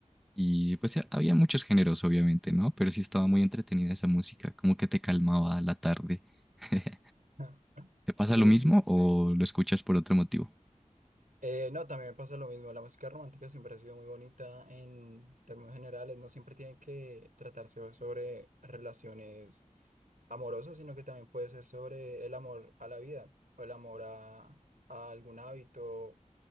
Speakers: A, in the centre; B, on the right (about 85°).
A: y pues eh, había muchos géneros, obviamente, ¿no? Pero sí estaba muy entretenida esa música, como que te calmaba la tarde. <laughs>
B: <laughs>
A: ¿Te pasa lo mismo
B: Sí, sí.
A: o lo escuchas por otro motivo?
B: Eh, no, también me pasa lo mismo. La música romántica siempre ha sido muy bonita en términos generales. No siempre tiene que tratarse sobre relaciones amorosas, sino que también puede ser sobre el amor a la vida o el amor a, a algún hábito,